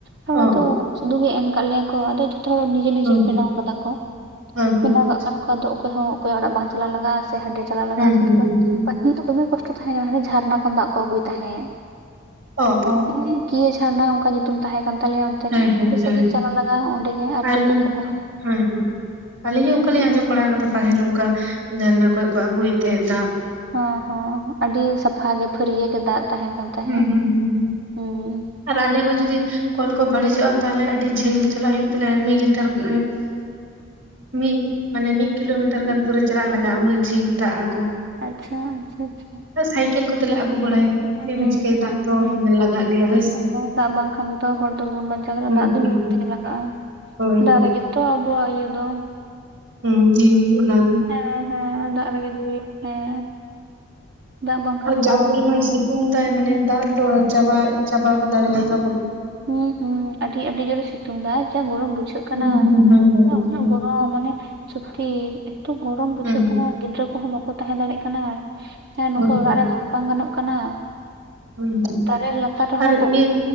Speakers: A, on the right; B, on the right.
A: <unintelligible>
B: ᱚ ᱚ
A: ᱥᱩᱫᱩ ᱜᱮ ᱮᱢ ᱟᱠᱟᱫ ᱞᱮᱭᱟ ᱠᱚ ᱟᱫᱚ ᱡᱷᱚᱛᱚ <unintelligible>
B: ᱦᱩᱸ
A: <unintelligible> ᱵᱮᱱᱟᱣ
B: ᱦᱩᱸ
A: ᱟᱠᱟᱫᱟ ᱠᱚ
B: ᱦᱳᱭ ᱦᱳᱭ
A: ᱵᱮᱱᱟᱣ
B: ᱟᱪᱪᱷᱟ
A: ᱠᱟᱜ <inaudible> ᱚᱠᱚᱭ ᱦᱚᱸ ᱚᱠᱚᱭ ᱚᱲᱟᱜ ᱵᱟᱝ ᱪᱟᱞᱟᱜ ᱞᱟᱜᱟᱜᱼᱟ ᱥᱮ ᱦᱟᱸᱰᱮ ᱪᱟᱞᱟᱜ ᱞᱟᱜᱟᱜᱼᱟ
B: ᱦᱮᱸ
A: ᱥᱮ
B: ᱦᱮᱸ ᱦᱮᱸ ᱦᱮᱸ
A: ᱯᱟᱹᱦᱤᱞ ᱫᱚ ᱫᱚᱢᱮ ᱠᱚᱥᱴᱚ ᱛᱟᱦᱮᱸ ᱠᱟᱱᱟ ᱦᱟᱱᱮ ᱡᱷᱟᱨᱱᱟ ᱠᱷᱚᱱ ᱫᱟᱜ ᱠᱚ ᱟᱹᱜᱩᱭ ᱛᱟᱦᱮᱸᱫ
B: ᱚ ᱚ
A: ᱦᱮᱸ ᱠᱤᱭᱟᱹ ᱡᱷᱟᱨᱱᱟ ᱚᱱᱠᱟ ᱧᱩᱛᱩᱢ ᱛᱟᱦᱮᱸ ᱠᱟᱱ ᱛᱟᱞᱮᱭᱟ ᱴᱷᱤᱠ
B: ᱦᱮᱸ ᱦᱮᱸ
A: ᱟᱹᱰᱤ ᱥᱟᱺᱜᱤᱧ
B: ᱦᱮᱸ ᱦᱮᱸ
A: ᱪᱟᱞᱟᱜ ᱞᱟᱜᱟᱜᱼᱟ ᱚᱸᱰᱮ ᱜᱮ ᱟᱨ
B: ᱟᱹᱞᱤᱧ
A: ᱛᱩᱯᱩ ᱠᱚᱦᱚᱸ
B: ᱦᱮᱸ ᱦᱮᱸ ᱟᱹᱞᱤᱧ ᱦᱚᱸ ᱚᱱᱠᱟ ᱞᱤᱧ ᱟᱸᱡᱚᱢ ᱵᱟᱲᱟ ᱟᱠᱟᱫᱟ ᱯᱟᱹᱦᱤᱞ ᱚᱱᱠᱟ ᱡᱷᱟᱨᱱᱟ ᱠᱷᱚᱡ ᱠᱚ ᱟᱹᱜᱩᱭᱮᱫ ᱛᱟᱦᱮᱸᱫ ᱫᱟᱜ
A: ᱦᱚ ᱦᱚ ᱟᱹᱰᱤ ᱥᱟᱯᱷᱟ ᱜᱮ ᱯᱷᱟᱹᱨᱭᱟᱹ ᱜᱮ ᱫᱟᱜ ᱛᱟᱦᱮᱸ ᱠᱟᱱ ᱛᱟᱦᱮᱸᱫ
B: ᱦᱩᱸ ᱦᱩᱸ ᱦᱩᱸ ᱦᱩᱸ
A: ᱦᱩᱸ
B: ᱟᱨ ᱟᱞᱮ ᱦᱚᱸ ᱡᱩᱫᱤ ᱠᱚᱞ ᱠᱚ ᱵᱟᱹᱲᱤᱡᱚᱜᱼᱟ ᱛᱟᱦᱞᱮ ᱟᱹᱰᱤ ᱡᱷᱟᱹᱞ ᱪᱟᱞᱟᱜ ᱦᱩᱭᱩᱜ ᱛᱟᱞᱮᱭᱟ ᱢᱤᱫ ᱞᱤᱴᱟᱨ <inaudible> ᱢᱤᱫ ᱢᱟᱱᱮ ᱢᱤᱫ ᱠᱤᱞᱳᱢᱤᱴᱟᱨ ᱜᱟᱱ ᱯᱩᱨᱟᱹ ᱪᱟᱞᱟᱜ ᱞᱟᱜᱟᱜᱼᱟ ᱩᱱᱟᱹᱜ ᱡᱷᱤᱞ ᱫᱟᱜ ᱟᱹᱜᱩ
A: ᱟᱪᱪᱷᱟ ᱟᱪᱪᱷᱟ ᱟᱪᱪᱷᱟ
B: ᱥᱟᱭᱠᱤᱞ ᱠᱚᱛᱮᱞᱮ ᱟᱹᱜᱩ ᱵᱟᱲᱟᱭᱟ᱾
A: ᱦᱩᱸ
B: ᱪᱮᱫ
A: ᱦᱩᱸ
B: ᱵᱤᱱ ᱪᱤᱠᱟᱹᱭᱟ ᱜᱤᱭᱟᱹ ᱫᱟᱜ ᱠᱚ
A: ᱦᱩᱸ
B: ᱞᱟᱜᱟᱜ ᱜᱮᱭᱟ ᱦᱮᱭ
A: ᱦᱮᱸ,
B: ᱥᱮ
A: ᱫᱟᱜ ᱵᱟᱝᱠᱷᱟᱱ ᱫᱚᱛᱚ ᱦᱚᱲ ᱫᱚ ᱵᱟᱵᱚᱱ ᱵᱟᱧᱪᱟᱣ ᱫᱟᱲᱮᱼᱟ
B: ᱦᱩᱸ
A: ᱫᱟᱜ ᱫᱚ
B: ᱦᱩᱸ
A: ᱧᱩ
B: ᱦᱩᱸ
A: ᱛᱮᱜᱮ ᱞᱟᱜᱟᱜᱼᱟ
B: ᱦᱳᱭ
A: ᱫᱟᱨᱮ
B: ᱦᱳᱭ
A: ᱜᱮ ᱛᱚ ᱟᱵᱚᱣᱟᱜ ᱤᱭᱟᱹ ᱫᱚ
B: ᱦᱩᱸ ᱡᱤᱣᱤ ᱚᱱᱟ
A: ᱦᱮᱸ ᱦᱮᱸ ᱫᱟᱜ ᱨᱮᱜᱮ ᱡᱤᱣᱤ ᱦᱮᱸ ᱫᱟᱜ ᱵᱟᱝᱠᱷᱟᱱ
B: ᱟᱨ ᱡᱟ
A: ᱛᱚ
B: ᱯᱚᱨᱤᱢᱟᱱ ᱥᱤᱛᱩᱝ ᱫᱟᱭ ᱢᱟᱱᱮ ᱫᱟᱜ ᱫᱚ ᱪᱟᱵᱟ ᱪᱟᱵᱟ ᱦᱚᱸ ᱫᱟᱲᱮᱭᱟ ᱛᱟᱵᱚᱱᱟ
A: ᱦᱩᱸ ᱦᱩᱸ ᱟᱹᱰᱤ ᱟᱹᱰᱤ ᱡᱳᱨᱮ ᱥᱤᱛᱩᱝ ᱫᱟᱭ ᱡᱟ ᱜᱚᱨᱚᱢ ᱵᱩᱡᱷᱟᱹᱜ ᱵᱩᱡᱟᱹᱜ ᱠᱟᱱᱟ
B: ᱦᱩᱸ ᱦᱩᱸ ᱦᱩᱸ
A: ᱩᱱᱟᱹᱜ
B: ᱦᱩᱸ
A: ᱜᱚᱨᱚᱢ ᱢᱟᱱᱮ ᱥᱚᱛᱤ ᱮᱛᱚ ᱜᱚᱨᱚᱢ ᱵᱩᱡᱷᱟᱹᱜ
B: ᱦᱩᱸ
A: ᱠᱟᱱᱟ ᱜᱤᱫᱽᱨᱟᱹ ᱠᱚᱦᱚᱸ ᱵᱟᱠᱚ ᱛᱟᱦᱮᱸ ᱫᱟᱲᱮᱭᱟᱜ ᱠᱟᱱᱟ ᱥᱮ ᱱᱚᱝᱠᱟ
B: ᱦᱳᱭ
A: ᱚᱲᱟᱜ
B: ᱦᱳᱭ
A: ᱨᱮ ᱛᱟᱦᱮᱸ ᱵᱟᱝ ᱜᱟᱱᱚᱜ ᱠᱟᱱᱟ
B: ᱦᱩᱸ ᱦᱩᱸ
A: ᱫᱟᱨᱮ ᱞᱟᱛᱟᱨ ᱨᱮᱦᱚᱸ
B: ᱟᱨ
A: ᱛᱟᱦᱮᱸ
B: ᱤᱭᱟᱹ